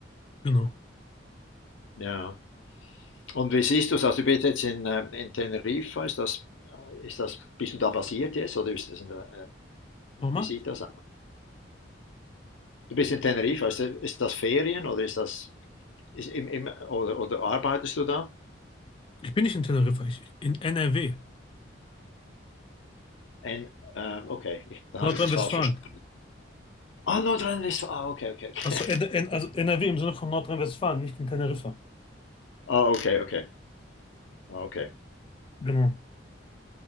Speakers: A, on the left; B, on the left.
A: Genau.
B: Ja. Und wie siehst du es? Also du bist jetzt in, äh, in Teneriffa, ist das, äh, ist das, bist du da basiert jetzt oder ist das in der, äh,
A: Nochmal.
B: wie sieht das aus? Du bist in Teneriffa, ist das, ist das Ferien oder ist das ist im, im, oder, oder arbeitest du da?
A: ich bin nicht in Teneriffa, ich in NRW,
B: Ein- ähm, okay, ich, dann
A: Nordrhein-Westfalen.
B: habe ich das falsch verstanden. Ah, Nordrhein-Westfalen, ah, okay, okay, okay.
A: Also, N N also NRW im Sinne von Nordrhein-Westfalen, nicht in Teneriffa.
B: Ah, okay, okay. Ah, okay.
A: Genau.